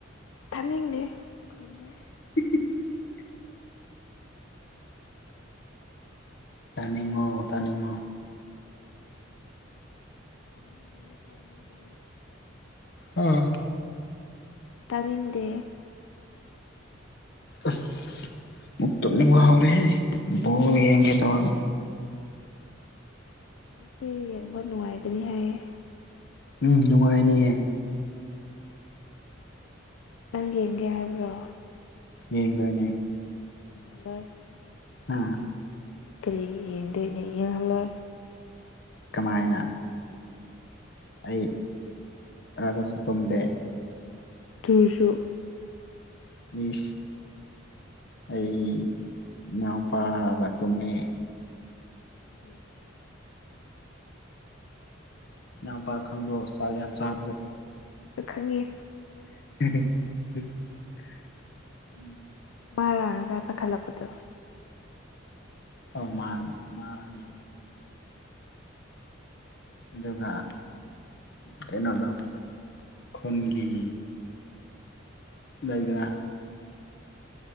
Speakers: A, on the left; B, on the left.
A: ꯊꯥꯅꯤꯡꯅꯦ ꯀꯒꯤꯅꯣ
B: <unintelligible> ꯇꯥꯏꯃꯤꯉꯣ ꯇꯥꯅꯤꯡꯉꯣ
A: ꯇꯅꯤꯡꯗꯦ ꯇꯅꯤꯡꯗꯦ
B: ꯎꯝ
A: ꯇꯅꯤꯡꯗꯦ
B: ꯑꯁ ꯃꯛꯇꯕ ꯍꯧꯥꯎꯔꯤꯦꯍꯦ ꯕꯣ ꯌꯦꯡꯒꯦ ꯇꯧꯔꯒ
A: ꯁꯤ ꯃꯅꯅꯨꯡꯃꯏꯒꯅꯤ ꯍꯥꯏꯌꯦ
B: ꯎꯝ ꯅꯨꯡꯉꯥꯏꯅꯦꯍꯦ
A: ꯅꯪ ꯌꯦꯡꯒꯦ ꯍꯥꯏꯔꯕ꯭ꯔꯣ
B: ꯌꯦꯡꯗꯣꯏꯅꯦ
A: ꯍ ꯂꯩ
B: ꯍꯥ
A: ꯍ ꯌꯦ ꯀꯔꯤ ꯌꯦꯅꯦ ꯌꯦꯜꯂ
B: ꯀꯃꯥꯏꯅ ꯑꯩ ꯀꯥꯗꯁꯨ ꯇꯨꯝꯝꯗꯦ
A: ꯇꯨꯨꯡꯁꯨꯁꯨ
B: ꯏꯁ ꯑꯩ ꯏꯎꯄꯥꯒ ꯇꯃꯦ
A: ꯍꯖꯣꯔ
B: ꯌꯥꯝ ꯄꯥ ꯈꯪꯕ꯭ꯔꯣ ꯆꯥꯛ ꯌꯥꯝ ꯆꯥꯕꯗꯣ
A: ꯈꯪꯉꯦ
B: ꯎꯝ
A: ꯃꯥꯔꯥꯡ ꯔꯏ ꯄ ꯈꯂꯄꯗꯣ
B: ꯑ ꯃꯥꯅꯤ ꯃꯥꯅꯦ ꯑꯗꯨꯒ ꯀꯩꯅꯣꯗ ꯈꯨꯟꯒꯤ ꯌꯥꯒ